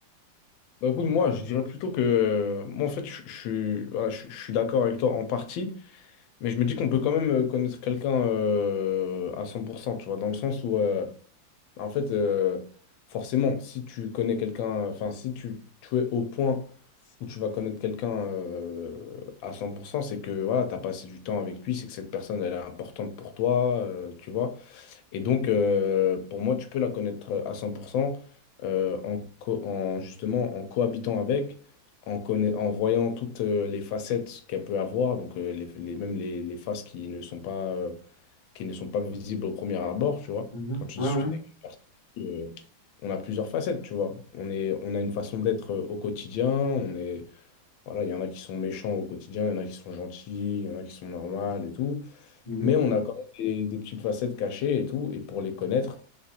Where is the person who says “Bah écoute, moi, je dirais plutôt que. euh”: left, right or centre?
Left